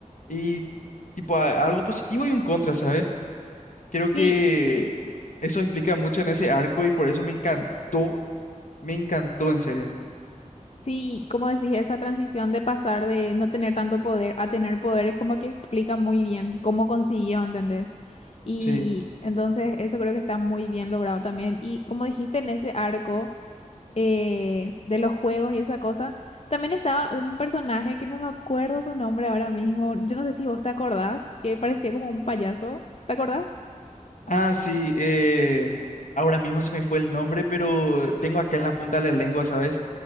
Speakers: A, on the left (about 70°); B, on the left (about 50°).
A: y tipo a- algo positivo y un contra, ¿sabes? Creo que
B: Sí,
A: eso explica mucho en ese arco y por eso me encantó, me encantó en serio.
B: Sí, como decís, esa transición de pasar de no tener tanto poder a tener poder es como que explica muy bien cómo consiguió, ¿entendés? Y
A: Sí.
B: entonces eso creo que está muy bien logrado también. Y como dijiste en ese arco eh, de los juegos y esa cosa, también estaba un personaje que no me acuerdo su nombre ahora mismo. Yo no sé si vos te acordás, que parecía como un payaso. ¿Te acordás?
A: Ah, sí, eh, ahora mismo se me fue el nombre, pero tengo acá en la punta de la lengua, ¿sabes?